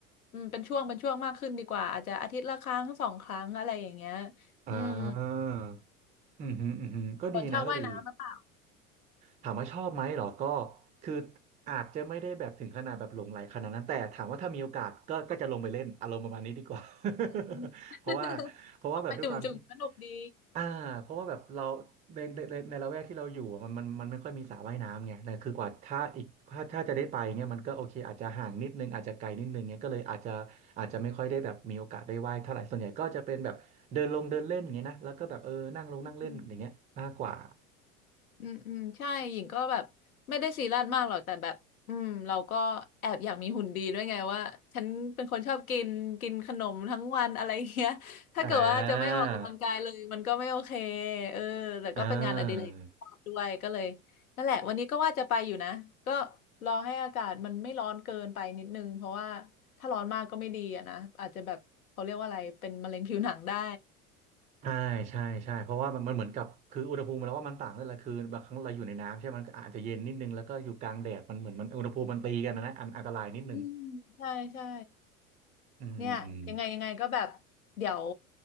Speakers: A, on the left; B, on the right.
A: อืมเป็นช่วงเป็นช่วงมากขึ้นดีกว่าอาจจะอาทิตย์ละครั้งสองครั้งอะไรอย่างเงี้ย
B: อ่า
A: อืม
B: อืมฮึมอืมฮึมก็ดีนะก็ดี
A: ฝนชอบว่ายน้ำหรือเปล่า
B: ถามว่าชอบไหมเหรอก็คืออาจจะไม่ได้แบบถึงขนาดแบบหลงใหลขนาดนั้นแต่ถามว่าถ้ามีโอกาสก็ก็จะลงไปเล่นอารมณ์ประมาณนี้ดีกว่า
A: เออ
B: <laughs>
A: <laughs>
B: เพราะว่าเพราะว่าแบบด้วยความที่
A: ลงไปจุ่มๆสนุกดี
B: อ่าเพราะว่าแบบเราในในในในละแวกที่เราอยู่อะมันมันมันไม่ค่อยมีสระว่ายน้ำไงแต่คือกว่าถ้าอีกถ้าถ้าจะได้ไปเงี้ยมันก็โอเคอาจจะห่างนิดนึงอาจจะไกลนิดนึงเงี้ยก็เลยอาจจะอาจจะไม่ค่อยได้แบบมีโอกาสได้ว่ายเท่าไหร่ส่วนใหญ่ก็จะเป็นแบบเดินลงเดินเล่นอย่างเงี้ยนะแล้วก็แบบเออนั่งลงนั่งเล่นอย่างเงี้ยมากกว่า
A: อืม อืมอืมใช่หญิงก็แบบไม่ได้ซีเรียสมากหรอกแต่แบบอืมเราก็แอบอยากมีหุ่นดีด้วยไงว่าฉันเป็นคนชอบกินกินขนมทั้งวันอะไรเงี้ย <laughs> ถ้าเกิดว่าจะไม่ออกกำลังกายเลยมันก็ไม่โอเค
B: อ่า
A: เออแต่ก็เป็นงานอดิเรกที่ชอบด้วยก็เลย
B: อ่า
A: นั่นแหละวันนี้ก็ว่าจะไปอยู่นะก็รอให้อากาศมันไม่ร้อนเกินไปนิดนึงเพราะว่าถ้าร้อนมากก็ไม่ดีอะนะอาจจะแบบเขาเรียกว่าอะไรเป็นมะเร็งผิวหนังได้
B: ใช่ใช่ใช่เพราะว่ามันมันเหมือนกับคืออุณหภูมิแล้วว่ามันต่างนั่นแหละคือบางครั้งเราอยู่ในน้ำใช่ไหมมันก็อาจจะเย็นนิดนึงแล้วก็อยู่กลางแดดมันเหมือนมันอุณหภูมิมันตีกันนะนะอันอันตรายนิดนึง
A: อืมใช่ใช่
B: อืม
A: เนี่ยยังไงยังไงก็แบบเดี๋ยว